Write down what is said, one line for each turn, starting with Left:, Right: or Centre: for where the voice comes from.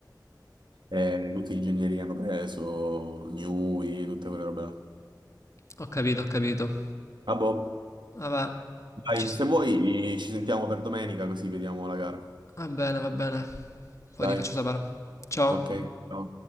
Right: Eh, tutti gli ingegneri che hanno preso, Newey, tutte quelle robe là.
Left: Ho capito, ho capito.
Right: Ah, boh.
Left: Vabbè,
Right: Dai,
Left: ci s-
Right: se vuoi eh, ci sentiamo per domenica così vediamo la gara.
Left: Va bene, va bene. Poi
Right: Dai,
Left: ti faccio sapere. Ciao.
Right: ok. ciao.